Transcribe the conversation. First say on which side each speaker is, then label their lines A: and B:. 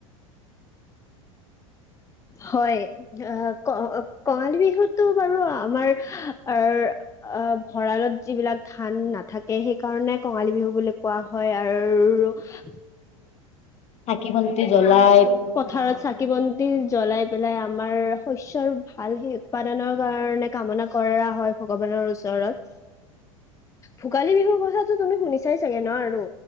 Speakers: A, on the left (about 20°); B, on the left (about 40°).
A: হয় আহ ক কঙালী বিহুটো বাৰু আমাৰ অহ ভঁৰালত যিবিলাক ধা ধান নাথাকে সেইকাৰণে কঙালী বিহু বুলি কোৱা হয় আৰু
B: চাকি বন্তি জ্বলাই
A: পথাৰত চাকি বন জ্বলাই পেলাই আমাৰ শস্যৰ ভাল সেই উৎপাদনৰ কাৰণে কামনা কৰা হয় ভগৱানৰ ওচৰত
B: <inaudible>
A: ভোগালী বিহুৰ কথাতো তুমি শুনিচাই চাগে ন আৰু